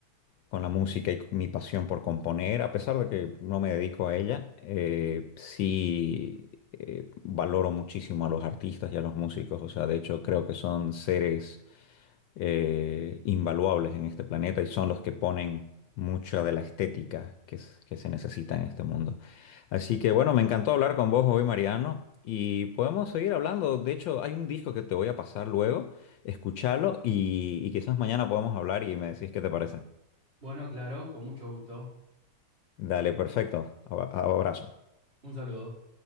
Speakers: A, on the left; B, on the right.
A: con la música y con mi pasión por componer, a pesar de que no me dedico a ella, eh, sí eh, valoro muchísimo a los artistas y a los músicos. O sea, de hecho creo que son seres eh, invaluables en este planeta y son los que ponen mucha de la estética que, es- que se necesita en este mundo. Así que bueno, me encantó hablar con vos hoy, Mariano. Y podemos seguir hablando. De hecho, hay un disco que te voy a pasar luego. Escuchalo y, y quizás mañana podemos hablar y me decís qué te parece.
B: Bueno, claro, con mucho gusto.
A: Dale, perfecto. Aba- Abrazo.
B: Un saludo.